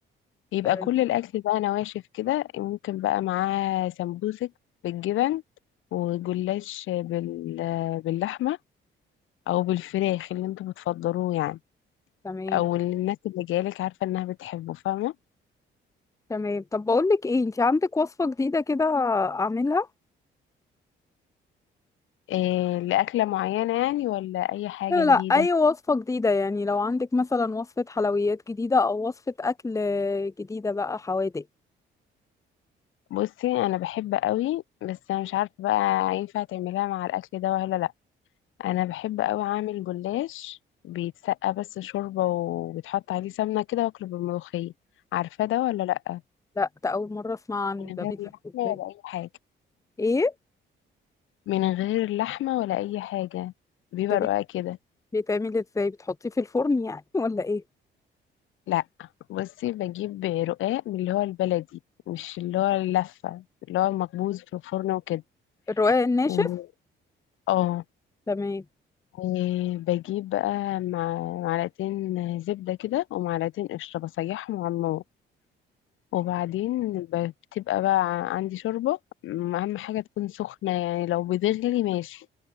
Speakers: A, on the left; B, on the left.
A: يبقى
B: آه،
A: كل الاكل بقى نواشف كده ممكن بقى معاه سمبوسك بالجبن وجلاش بال... باللحمة او بالفراخ اللي انتوا بتفضلوه يعني
B: تمام
A: او اللي الناس اللي جايلك عارفه انها بتحبه فاهمه
B: تمام طب بقولك ايه انتي عندك وصفه جديده كده اعملها
A: إيه لاكله معينه يعني ولا اي حاجه
B: لا لا
A: جديده
B: اي وصفه جديده يعني لو عندك مثلا وصفه حلويات جديده او وصفه اكل جديده بقى حوادق
A: بصي انا بحب قوي بس انا مش عارفه بقى ينفع تعملها مع الاكل ده ولا لا انا بحب قوي اعمل جلاش بيتسقى بس شوربه وبيتحط عليه سمنه كده واكله بالملوخيه عارفه ده ولا لا
B: لا ده أول مرة أسمع عنه
A: من
B: ده
A: غير
B: بيتعمل
A: لحمه
B: إزاي
A: ولا اي حاجه
B: إيه
A: من غير لحمه ولا اي حاجه بيبقى
B: ده بي-
A: رقاق كده
B: بيتعمل إزاي بتحطيه في الفرن يعني <laughs> ولا إيه
A: لا بصي بجيب رقاق من اللي هو البلدي مش اللي هو اللفة اللي هو المخبوز في الفرن وكده
B: الرقاق الناشف
A: و- اه
B: تمام
A: وبجيب بقى مع معلقتين زبدة كده ومعلقتين قشطة بسيحهم على النار وبعدين ب- بتبقى بقى عندي شوربة م- أهم حاجة تكون سخنة يعني لو بتغلي ماشي